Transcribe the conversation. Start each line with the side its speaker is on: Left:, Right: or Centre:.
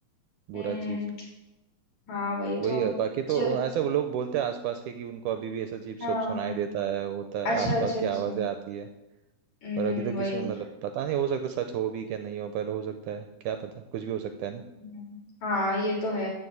Left: हम्म
Right: बुरा चीज
Left: हाँ वही
Right: वही
Left: तो
Right: है बाकी तो
Left: चल
Right: ऐसा वो लोग बोलते हैं आसपास के कि उनको अभी भी ऐसा अजीब सब
Left: हाँ
Right: सुनाई देता है होता है
Left: अच्छा
Right: आसपास
Left: अच्छा अच्छा
Right: की आवाजें आती है
Left: हम्म
Right: पर अभी तो किसी
Left: वही
Right: ने मतलब पता नहीं हो सकता सच हो भी क्या नहीं हो पर हो सकता है क्या पता कुछ भी हो सकता है ना
Left: हम्म, हाँ ये तो है